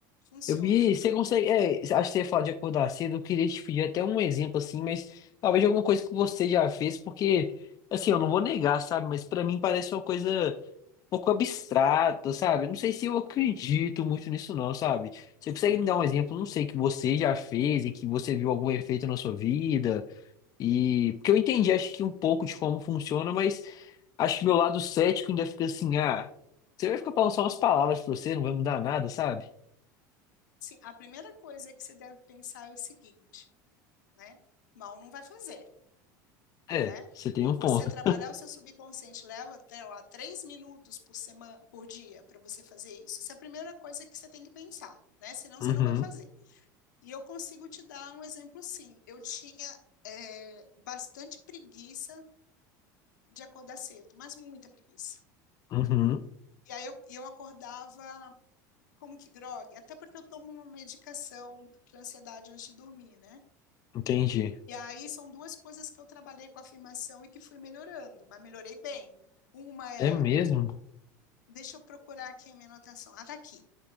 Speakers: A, on the left; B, on the left.
A: Funciona.
B: Eu vi, você consegue. É, acho que você ia falar de acordar cedo. Eu queria te pedir até um exemplo assim, mas talvez alguma coisa que você já fez, porque, assim, eu não vou negar, sabe? Mas pra mim parece uma coisa um pouco abstrata, sabe? Eu Não sei se eu acredito muito nisso, não, sabe? Você consegue me dar um exemplo, não sei, que você já fez e que você viu algum efeito na sua vida? E. Porque eu entendi, acho que um pouco de como funciona, mas acho que meu lado cético ainda fica assim, ah, você vai ficar falando só umas palavras pra você, não vai mudar nada, sabe?
A: Sim, a primeira coisa que você deve pensar é o seguinte, né? Mal não vai fazer,
B: É,
A: né?
B: você tem um
A: Você
B: ponto.
A: trabalhar o seu subconsciente leva até lá três minutos por semana, por dia, para você fazer isso. Essa é a primeira coisa que você tem que pensar, né? Senão
B: Uhum,
A: você não vai fazer. E eu consigo te dar um exemplo, sim. Eu tinha é, bastante preguiça de acordar cedo, mas muita preguiça.
B: uhum,
A: E aí eu, eu acordava como que grog? Até porque eu tomo uma medicação para ansiedade antes de dormir, né?
B: entendi.
A: E aí são duas coisas que eu trabalhei com afirmação e que fui melhorando, mas melhorei bem. Uma é,
B: É mesmo? <laughs>
A: deixa eu procurar aqui a minha anotação. Ah, tá aqui.